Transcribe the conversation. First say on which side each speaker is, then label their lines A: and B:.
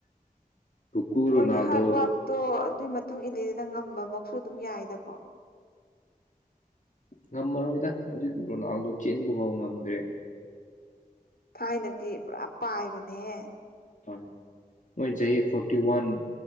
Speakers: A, on the left (about 55°); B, on the left (about 85°).
A: ꯄꯨꯄꯨ
B: ꯃꯣꯏꯒꯤ
A: ꯔꯣꯅꯥꯜꯗꯣ
B: ꯍꯥꯔꯠ ꯋꯥꯔꯛꯇꯣ ꯑꯗꯨꯏ ꯃꯥ ꯇꯨꯡ ꯏꯂꯦꯗꯅ ꯉꯝꯕꯃꯛꯁꯨ ꯑꯗꯨꯝ ꯌꯥꯏꯗꯀꯣ
A: ꯉꯝꯃꯔꯣꯏꯗ ꯍꯧꯖꯤꯛ ꯔꯣꯅꯥꯜꯗꯣ ꯆꯦꯟꯕ ꯐꯥꯎ ꯉꯝꯗ꯭ꯔꯦ
B: ꯊꯥꯏꯅꯗꯤ ꯄꯨꯔꯥ ꯄꯥꯏꯕꯅꯦꯍꯦ
A: ꯍꯣꯏ ꯃꯣꯏ ꯆꯍꯤ ꯐꯣꯔꯇꯤ ꯋꯥꯟ